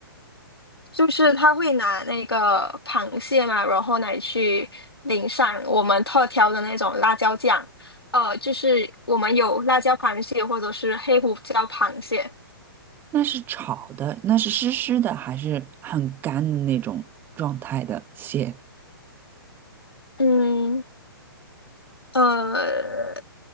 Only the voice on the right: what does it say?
那是炒的，那是湿湿的，还是很干的那种状态的蟹？